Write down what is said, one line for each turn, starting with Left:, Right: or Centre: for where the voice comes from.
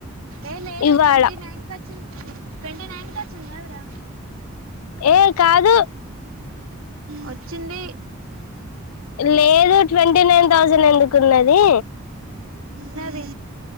Right: ఏ లేదు
Left: ఇవాళ
Right: ట్వంటీ నైన్ <unintelligible> ట్వంటీ నైన్ కచ్చింది కదరా
Left: ఏ కాదు
Right: వచ్చింది
Left: లేదు ట్వంటీ నైన్ థౌజండ్ ఎందుకున్నది
Right: నది